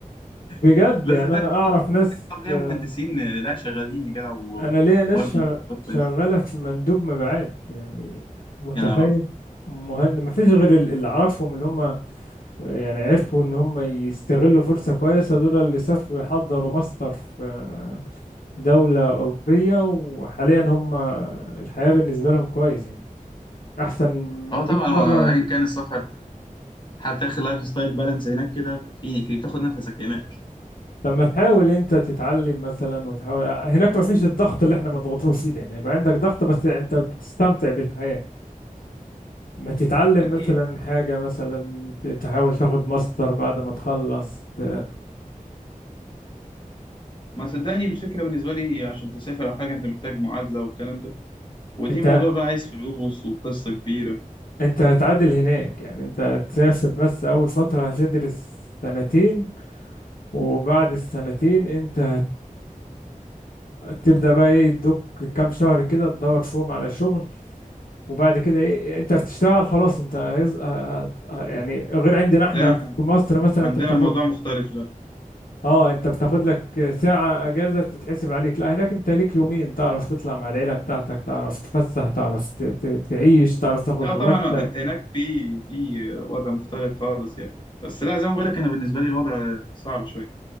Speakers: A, on the left; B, on the left.
A: بجد
B: <laughs> لا
A: يعني
B: صدقني
A: انا اعرف
B: في-
A: ناس
B: في اصحاب ليا
A: آه،
B: مهندسين آه، لا شغالين يا جدع و- و-
A: انا ليا
B: وبرضه
A: ناس شغ-
B: مرتبات
A: شغاله
B: كويسه
A: في مندوب مبيعات يعني متخيل
B: يا نهار ابيض
A: مهند ما فيش غير ال- اللي اعرفهم اللي هم يعني عرفوا ان هم يستغلوا فرصه كويسه دول اللي سافروا يحضروا ماستر في دوله اوروبيه وحاليا هم الحياه بالنسبه لهم كويس يعني احسن
B: اه طبعا
A: 100 مره
B: هو ايا كان السفر حتى اخر لايف ستايل بالانس هناك كده في في بتاخد نفسك هناك
A: لما تحاول انت تتعلم مثلا وتحاول هناك ما فيش الضغط اللي احنا مضغوطين فيه ده يعني هيبقى عندك ضغط بس انت بتستمتع بالحياه ما تتعلم
B: اكيد
A: مثلا حاجة مثلا ت- تحاول تاخد ماستر بعد ما تخلص ت...
B: ما صدقني الفكره بالنسبه لي عشان تسافر او حاجه انت محتاج معادله والكلام ده ودي
A: انت
B: موضوع بقى عايز فلوس وقصة كبيرة
A: انت هتعادل هناك يعني انت هتسافر بس اول فترة هتدرس سنتين وبعد السنتين انت هت... تبدأ بقى ايه يدوك كام شهر كده تدور فيهم على شغل وبعد كده ايه انت بتشتغل خلاص انت هيز... هت... يعني غير عندنا احنا
B: لا احنا
A: في مصر مثلا
B: عندنا
A: انت بتاخد
B: الموضوع مختلف لا
A: اه انت بتاخد لك ساعة اجازة بتتحسب عليك لا هناك انت ليك يومين تعرف تطلع مع العيلة بتاعتك تعرف تفسح تعرف ت- ت- تعيش تعرف تاخد
B: لا
A: مرتب
B: طبعا هناك في في وضع مختلف خالص يا أخي بس لا زي ما بقول لك أنا بالنسبة لي الوضع صعب شوية